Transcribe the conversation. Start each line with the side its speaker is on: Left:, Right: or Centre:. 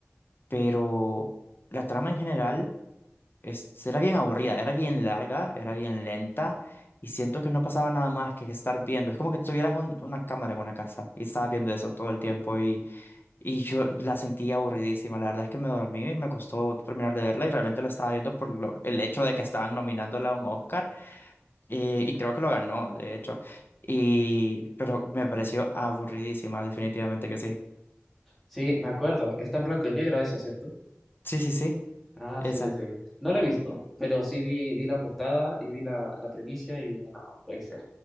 Left: pero la trama en general es, era bien aburrida, era bien larga, era bien lenta, y siento que no pasaba nada más que estar viendo, es como que tuvieras un- una cámara en una casa y estabas viendo eso todo el tiempo y yo la sentí aburridísima. La verdad es que me dormí y me costó terminar de verla y realmente la estaba viendo por lo- el hecho de que estaban nominándola a un Oscar eh, y creo que lo ganó, de hecho. Y, pero me pareció aburridísima, definitivamente que sí.
Centre: Sí, me acuerdo. Está en blanco y negro esa, ¿cierto?
Left: Sí, sí, sí,
Centre: Ah,
Left: esa.
Centre: sí, sí, sí. No la he visto, pero sí vi, vi la portada y vi la, la premisa y dije, no, no puede ser.